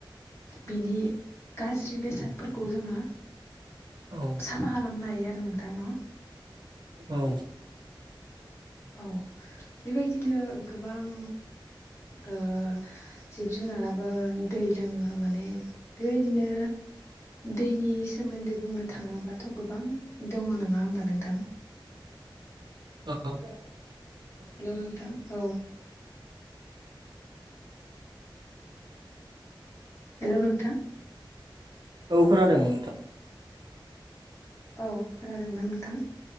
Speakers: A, on the left (about 30°); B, on the right (about 60°).
A: बिनि गाज्रि बेसादफोरखौ जोङो
B: औ
A: साफा खालामनो हायो आरो नोंथां न
B: औ
A: औ बेबायदिनो गोबां ओ जिब जुनाराबो दै लोङो माने बेबायदिनो दैनि सोमोन्दै बुंनो थाङोब्लाथ' गोबां दङ नङा होमबा नोंथां?
B: औ
A: हेलौ नोंथां औ हेलौ नोंथां
B: औ खोनादों नोंथां
A: औ खोनादोंना नोंथां?